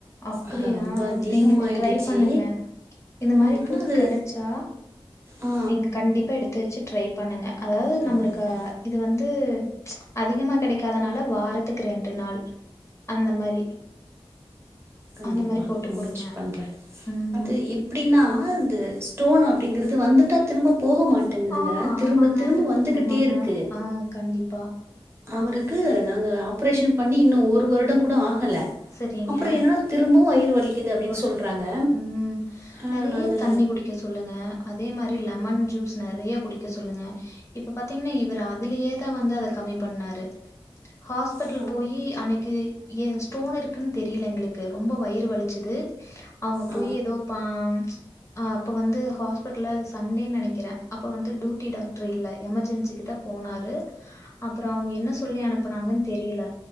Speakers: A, on the left; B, on the right.
A: அப்படியா?
B: ஆ ரொம்ப அதிகமாயிடுச்சு
A: நீங்க இத ட்ரை பண்ணுங்க. இந்த மாரி
B: ம் ஆனா
A: பூ
B: அது
A: கெடைச்சா
B: ஆ
A: நீங்க கண்டிப்பா எடுத்து வச்சு ட்ரை பண்ணுங்க அதாவது
B: கண்டிப்பா,
A: நம்மளுக்கு இது வந்து அதிகமா கெடைக்காதனால வாரத்துக்கு ரெண்டு நாள் அந்த மாரி
B: கண்டிப்பா
A: அந்த மாரி போட்டு
B: முயற்சி
A: குடுங்க.
B: பண்றே
A: ம்.
B: அது எப் அப்டின்னா இது ஸ்டோன் அப்டிங்கிறது வந்துட்டா திரும்ப போக மாட் ட்டுங்குதுங்க
A: ஆ
B: திரும்ப
A: ஆமாங்க,
B: திரும்ப வந்துகிட்டே
A: ஆமாங்க.
B: இருக்கு
A: ஆ கண்டிப்பா
B: அவருக்கு நாங்க ஆப்ரேஷன் பண்ணி இன்னு ஒரு வருடோ கூட ஆகல
A: சரிங்க.
B: அப்பறோ என்னன்னா திரும்பவு வயிறு வலிக்குது அப்டின்னு
A: வ
B: சொல்றாங்க
A: ம்
B: ஆ
A: நெறைய
B: நா அந்த
A: தண்ணி குடிக்க சொல்லுங்க அதே மாரி லெமன் ஜூஸ் நெறைய குடிக்க சொல்லுங்க இப்ப பாத்தீங்கன்னா இவரு அதுலயே தா வந்து அத கம்மி பண்ணாரு ஹாஸ்பிட்டல்
B: ஆ
A: போயி அன்னைக்கு ஏ ஹஸ் ஸ்டோன் இருக்குன் தெரியல எங்களுக்கு ரொம்ப வயிறு வலிச்சுது அவுங்க
B: ஆ
A: போய் எதோ பா அ அப்ப வந்து ஹாஸ்பிட்ல சண்டேன் நெனைக்கிறே அப்ப வந்து டூட்டி டாக்டர் இல்ல எமர்ஜென்சி கிட்ட போனாரு அப்பறோ அவுங்க என்ன சொல்லி அனுப்புனாங்கன்னு தெரியல